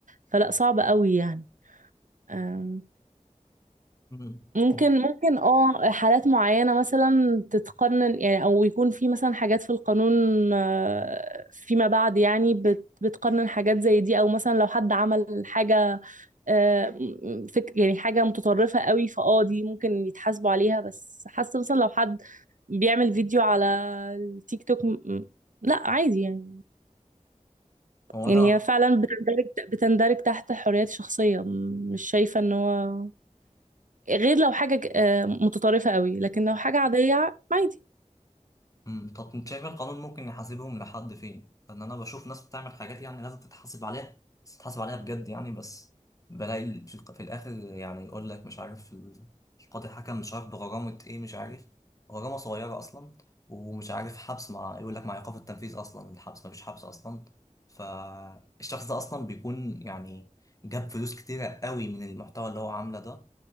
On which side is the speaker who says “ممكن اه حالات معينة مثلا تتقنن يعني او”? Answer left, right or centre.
Right